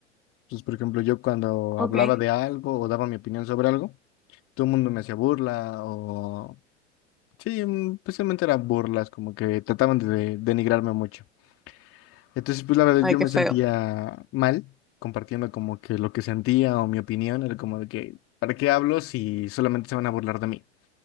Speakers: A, on the left; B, in the centre.
A: Entonces, por ejemplo, yo cuando
B: Ok.
A: hablaba de algo o daba mi opinión sobre algo, todo el mundo me hacía burla o... Sí, mm, especialmente eran burlas, como que trataban de denigrarme mucho. Entonces, pues la verdad
B: Ay,
A: yo
B: qué
A: me
B: feo.
A: sentía mal compartiendo como que lo que sentía o mi opinión, era como de que, ¿para qué hablo si solamente se van a burlar de mí?